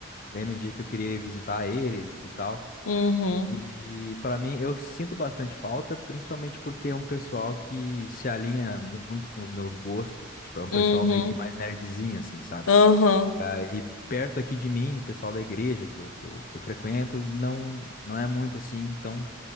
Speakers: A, on the left; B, on the left.
A: bem no dia que eu queria visitar eles e tal.
B: Uhum,
A: E pra mim, eu sinto bastante falta, principalmente porque é um pessoal que se alinha mu- muito com os meus gostos. Tipo, é um
B: uhum,
A: pessoal meio que mais nerdzinho, assim, sabe?
B: uhum,
A: E aí, perto aqui de mim, o pessoal da igreja que eu, que eu, que eu frequento, não, não é muito assim. Então,